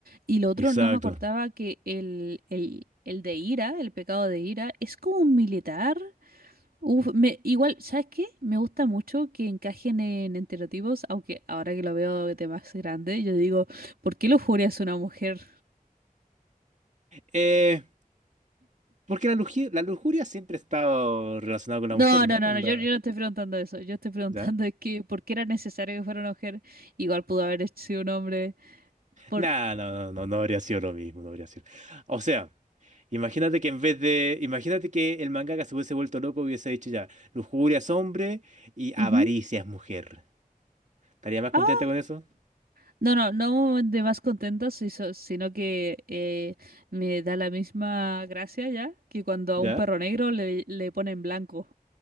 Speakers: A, on the right; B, on the right.
A: Y lo otro,
B: Exacto.
A: no me acordaba que el, el, el de ira, el pecado de ira, es como un militar. Uf, me, igual, ¿sabes qué? Me gusta mucho que encajen en estereotipos, aunque ahora que lo veo de más grande, yo digo, ¿por qué lujuria es una mujer?
B: Eh, porque la lujuria, la lujuria siempre ha estado relacionada con
A: No,
B: la mujer, ¿no?
A: no,
B: Onda,
A: no, no, yo, yo no estoy preguntando eso. Yo estoy preguntando
B: ¿ya?
A: es que, ¿por qué era necesario que fuera una mujer? Igual pudo haber sido un hombre. Por...
B: Nah, no, no, no, no habría sido lo mismo, no habría sido. O sea, imagínate que en vez de, imagínate que el mangaka se hubiese vuelto loco y hubiese dicho ya, lujuria es hombre y avaricia
A: Ujú.
B: es mujer. ¿Estaría más
A: Ah,
B: contenta con eso?
A: no, no, no de más contenta, si so- sino que eh, me da la misma gracia ya que cuando a
B: ¿Ya?
A: un perro negro le, le ponen blanco.